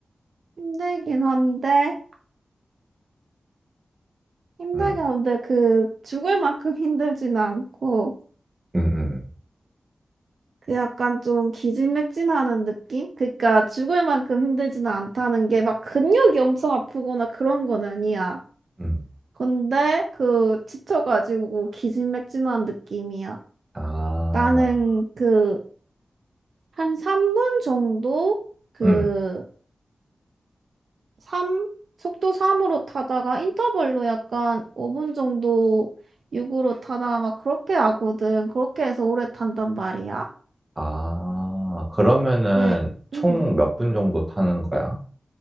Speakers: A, on the right (about 75°); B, on the right (about 30°).
A: 힘들긴 한데, 힘들게
B: 음,
A: 하는데 그 죽을 만큼 <laughs> 힘들진 않고
B: 음, 음,
A: 그 약간 좀 기진맥진하는 느낌? 그러니까 죽을 만큼 힘들지는 않다는 게 막 근육이 엄청 아프거나 그런 건 아니야.
B: 음.
A: 근데 그 지쳐가지고 기진맥진한 느낌이야.
B: 아,
A: 나는 그 한 3분 정도 그
B: 음.
A: 삼 속도 3으로 타다가 인터벌로 약간 5분 정도 6으로 타다가 막 그렇게 하거든. 그렇게 해서 오래 탄단 말이야.
B: 아, 그러면은
A: 네,
B: 총
A: 음,
B: 몇 분 정도 타는 거야?